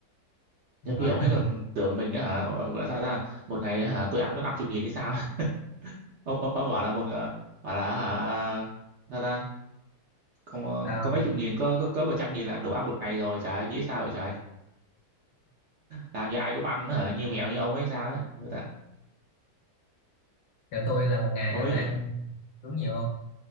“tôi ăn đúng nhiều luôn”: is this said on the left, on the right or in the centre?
Left